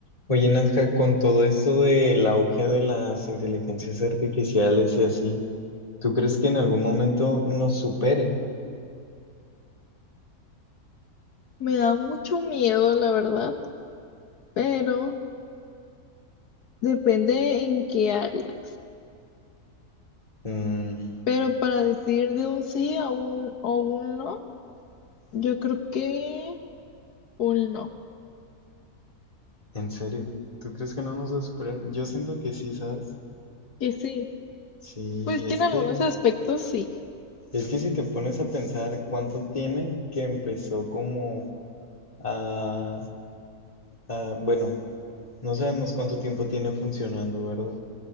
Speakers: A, on the left (about 25°); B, on the left (about 80°).
A: Oye, Nadja, con todo esto del auge de las inteligencias artificiales y así, ¿tú crees que en algún momento nos supere?
B: Me da mucho miedo, la verdad, pero depende en qué áreas.
A: Mm,
B: Pero para decir de un sí a un o un no, yo creo que un no.
A: en serio, ¿tú crees que no nos va a superar? Yo siento que sí, ¿sabes?
B: Que sí.
A: Sí,
B: Pues que
A: es
B: en
A: que,
B: algunos aspectos sí.
A: es que si te pones a pensar cuánto tiene que empezó como a, a, bueno, no sabemos cuánto tiempo tiene funcionando, ¿verdad?